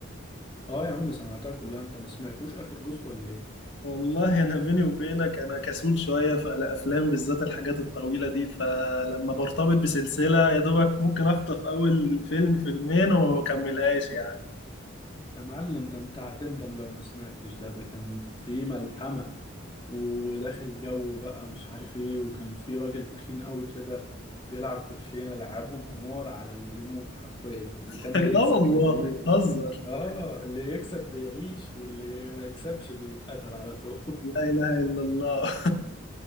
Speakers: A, on the left; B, on the left.
A: آه يا عم سمعتها كلها أنت ما سمعتوش آخر جزء ولا إيه؟
B: والله انا بيني وبينك انا كسول شويه في الافلام بالذات الحاجات الطويله دي فلما برتبط بسلسله يا دوبك ممكن اخطف اول فيلم فيلمين وما بكملهاش يعني
A: يا معلم ده أنت هتندم لو ما سمعتش ده ده كان فيه ملحمة وداخل جو بقى مش عارف إيه وكان فيه راجل تخين أوي كده بيلعب كوتشينة لعبهم قمار على اللي يموت حرفيا اللي
B: <laughs>
A: كان بيكسب
B: لا والله
A: بيعيش
B: بتهزر
A: آه اللي يكسب بيعيش واللي ما يكسبش بيتقتل على طول
B: لا اله الا الله